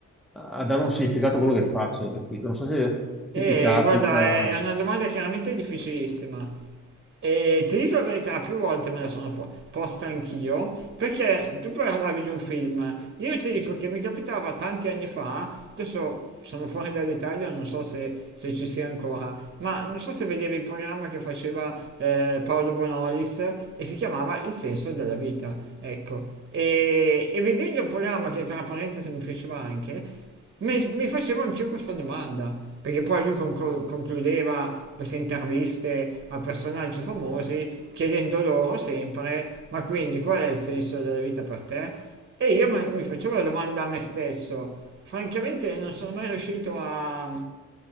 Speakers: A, in the centre; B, on the right.
A: a dare un significato a quello che faccio, hai capito? Non so se, se
B: E
A: ti capita,
B: guarda, è è una domanda chiaramente difficilissima. E ti dico la verità, più volte me la sono fo- posta anch'io, perché tu parlavi di un film, io ti dico che mi capitava tanti anni fa, adesso sono fuori dall'Italia, non so se, se ci sia ancora, ma non so se vedevi il programma che faceva eh, Paolo Bonolis e si chiamava Il senso della vita, ecco. E, e vedendo il programma che tra parentesi mi piaceva anche, mi, mi facevo anch'io questa domanda, perché poi lui conclu- concludeva queste interviste a personaggi famosi chiedendo loro sempre, ma quindi qual è il senso della vita per te? E io me- mi facevo la domanda a me stesso, francamente non sono mai riuscito a, a-